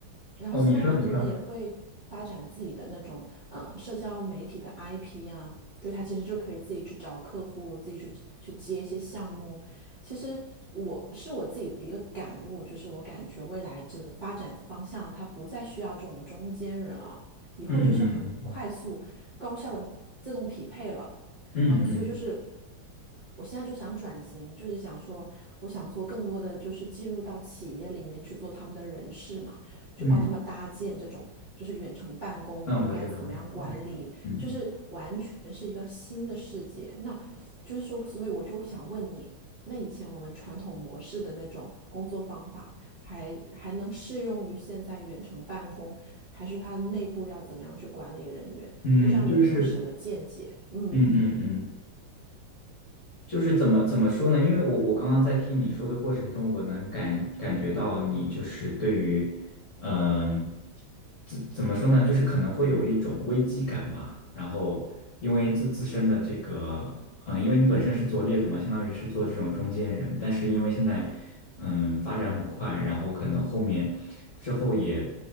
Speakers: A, on the right (about 35°); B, on the left (about 45°).
A: 然后现在很多人也会发展自己的那种呃社交媒体的
B: 哦，你说你说，
A: IP 啊，对，他其实就可以自己去找客户，自己去去接一些项目。其实我是我自己的一个感悟，就是我感觉未来这个发展方向，它不再需要这种中间人了，以后就是很快速、
B: 嗯嗯嗯嗯
A: 高效的自动匹配了。
B: 嗯嗯。
A: 嗯，所以就是我现在就想转型，就是想说，我想做更多的就是进入到企业里面去做他们的人事嘛，就帮他们搭建这种就是远程办公，
B: 嗯
A: 我们应该怎么样管理，
B: 嗯，我知道，我知道，我知道，嗯
A: 就是完全是一个新的世界。那就是说，所以我就想问你，那以前我们传统模式的那种工作方法还，还能适用于现在远程办公，还是它内部要怎么样去管理人员？
B: 嗯，
A: 我不知道你有没有什么见解？
B: 嗯，就是，
A: 嗯。
B: 嗯嗯嗯。就是怎么怎么说呢？因为我我刚刚在听你说的过程中，我能感感觉到你就是对于，嗯、怎怎么说呢？就是可能会有一种危机感吧。然后因为自自身的这个，嗯、因为你本身是做猎头嘛，相当于是做这种中间人，但是因为现在，嗯，发展很快，然后可能后面之后也